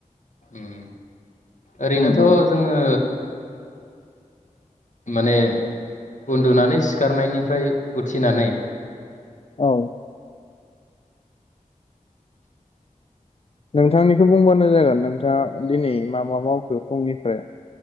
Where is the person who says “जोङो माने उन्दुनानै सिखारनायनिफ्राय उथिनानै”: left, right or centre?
Left